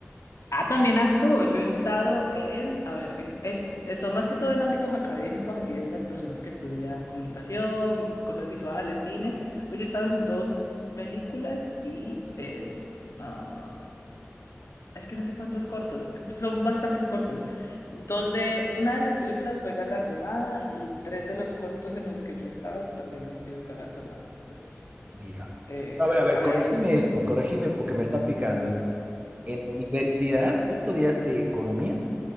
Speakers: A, on the left (about 80°); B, on the right (about 30°).
A: Ah, también actúo. Yo he estado en, a ver, en, es, son más que todo en ámbitos académicos, así de las personas que estudian comunicación, cosas visuales, cine. Pues yo he estado en dos películas y en, ah Es que no sé cuántos cortos, son bastantes cortos. Dos de, una de las películas fue galardonada y tres de los cortos en los que yo he estado también han sido galardonados. Pues,
B: Mira.
A: eh,
B: A
A: a-
B: ver, a ver,
A: hay,
B: corregime esto, corregime porque me está picando. Es, ¿en la universidad estudiaste economía?